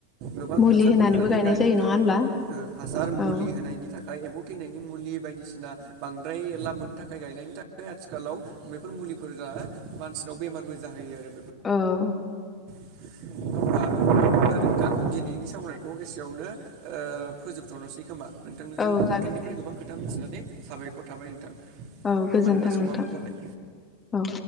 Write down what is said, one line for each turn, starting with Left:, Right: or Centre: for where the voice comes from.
Right: गोबां
Left: मुलि
Right: हासारफोर
Left: होनानैबो
Right: होनानै
Left: गायनाय
Right: गायनायनि
Left: जायो नङा
Right: थाखायनो
Left: होनब्ला?
Right: ओ हासार मुलि
Left: औ
Right: होनायनि थाखाय एम्फौ थैनायनि मुलि बायदिसिना बांद्राय लाब मोननो थाखाय गायनायनि थाखाय आथिखालाव बेफोर मुलिफोरा मानसिनाव बेमारबो जाहैयो आरो
Left: औ
Right: औ अब्ला नोंथां दिनैनि सावनायखौ एसेयावनो ओ फोजोबथ'नोसै खोमा नोंथांजों
Left: औ जागोन
Right: नोंथांनि खोथा मिथिनानै साबायखर थाबाय नोंथां
Left: औ गोजोन्थों
Right: मानोना समाबो
Left: नोंथां
Right: जाबाय।
Left: औ